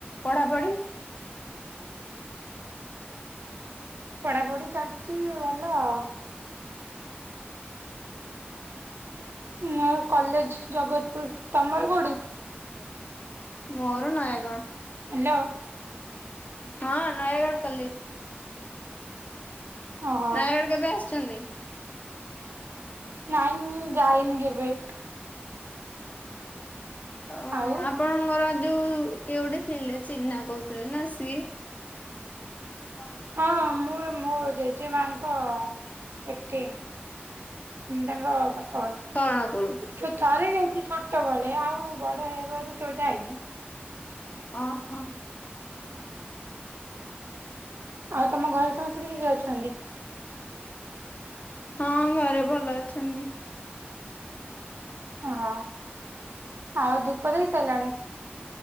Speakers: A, on the left; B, on the right.
A: ପଢାପଢି?
B: ପଢାପଢି ଚାଲିଛି ଭଲ ଆଉ। ମୋର କଲେଜ ଜଗତପୁର, ତମର କୋଉଠି? <unintelligible>
A: ମୋର ନୟାଗ।
B: ହାଲୋ।
A: ହଁ ନୟାଗଡ଼ କଲେ
B: ଓହୋ
A: ନୟାଗଡ କେବେ ଆସିଛନ୍ତି?
B: ନାଇଁ ମୁଁ ଯାଇନି କେବେ।
A: ଅ।
B: ଆଉ।
A: ଆପଣଙ୍କର ଯୋଉ କିଏ ଗୋଟେ ଥିଲେ ଚିହ୍ନା କହୁଥିଲେ ନା ସିଏ କ।
B: ହଁ ମୁଁ ମୋ ଜେଜେ ମାଙ୍କ ଏଠେ ହୁଁ ତାଙ୍କ ବା
A: ଶରଣକୁଳୁ।
B: ଛୁ ଥରେ ଯାଇଛି ଛୋଟବେଳେ, ଆଉ ବଡ ହେବାରୁ କେବେ ଯାଇନି।
A: ଅହ।
B: ଆଉ ତମ ଘରେ ସମସ୍ତେ କିଏ କିଏ ଅଛନ୍ତି?
A: ହଁ ଘରେ ଭଲ ଅଛନ୍ତି।
B: ଓହୋ ଆଉ ଧୂପ ଦେଇ ସାଇଲଣି?